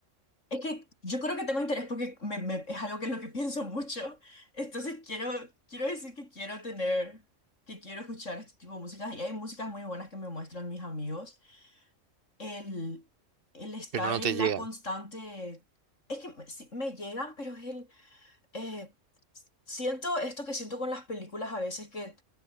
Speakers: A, on the left; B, on the right.
A: Es que yo creo que tengo interés porque me- me- es algo que es lo que <laughs> pienso mucho. Entonces quiero, quiero decir que quiero tener, que quiero escuchar este tipo de músicas. Y hay músicas muy buenas que me muestran mis amigos. El, el estar
B: pero no
A: en
B: te
A: la
B: llegan.
A: constante... Es que me, sí, me llegan, pero es el... eh, siento esto que siento con las películas a veces, que